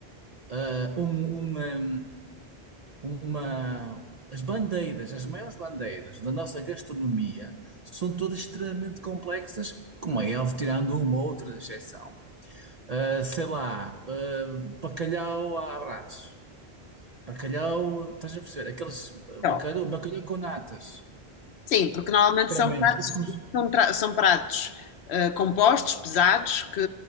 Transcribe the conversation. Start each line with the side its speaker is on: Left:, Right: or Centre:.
Right: Ah, um- uma, uma, as bandeiras, as maiores bandeiras da nossa gastronomia são todas extremamente complexas, como é óbvio, tirando uma outra exceção. Ah, sei lá, ah, bacalhau à Brás. Bacalhau, estás a perceber? Aqueles ah, bacalhau,
Left: Então,
Right: bacalhau com natas.
Left: sim, porque normalmente
Right: Literalmente.
Left: são pratos,
Right: O cus-
Left: são, tra- são pratos eh, compostos, pesados, que